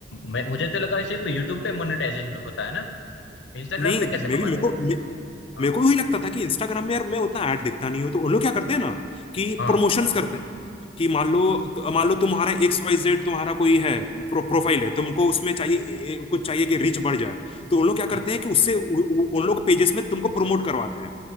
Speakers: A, on the left; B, on the left.
A: मैं मुझे तो लगा सिर्फ यूट्यूब पे मोनेटाइजेशन होता है ना इंस्टाग्राम
B: नहीं
A: पे कैसे
B: मैं
A: कमाते
B: भी मेरे को
A: हैं
B: मे-
A: हाँ
B: मेरे को भी वही लगता था कि इंस्टाग्राम में यार मैं उतना ऐड देखता नहीं हूँ तो उन लोग क्या करते हैं ना कि
A: हाँ
B: प्रमोशंस करते कि मान लो
A: हाँ,
B: तो, मान लो तुम्हारा एक्स वाई जेड तुम्हारा कोई है प्रो, प्रोफाइल है तुमको उसमें चाहिए ए- ए- कुछ चाहिए कि रीच बढ़ जाए तो उन लोग क्या
A: ठीक
B: करते
A: है
B: हैं कि उससे उ- उ- उन लोग पेजेस में तुमको प्रमोट करवाते हैं